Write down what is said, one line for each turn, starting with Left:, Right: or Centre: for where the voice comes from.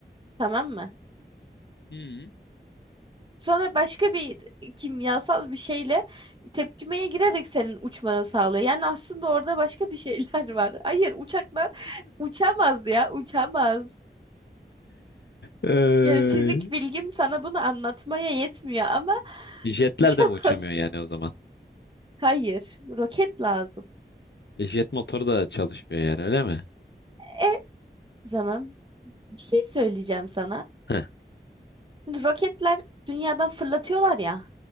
Right: tamam mı?
Left: Hı.
Right: Sonra başka bir kimyasal bir şeyle tepkimeye girerek senin uçmanı sağlıyor. Yani aslında orada başka bir şeyler <laughs> var. Hayır uçaklar uçamaz ya uçamaz.
Left: Eee,
Right: Yani fizik bilgim sana bunu anlatmaya yetmiyor ama
Left: <laughs> Jetler
Right: uçamaz.
Left: de mi uçamıyor yani o zaman?
Right: <laughs> Hayır, roket lazım.
Left: E, Jet motoru da çalışmıyor yani öyle mi?
Right: E, o zaman bir şey söyleyeceğim sana.
Left: Heh,
Right: Şimdi Roketler dünyadan fırlatıyorlar ya.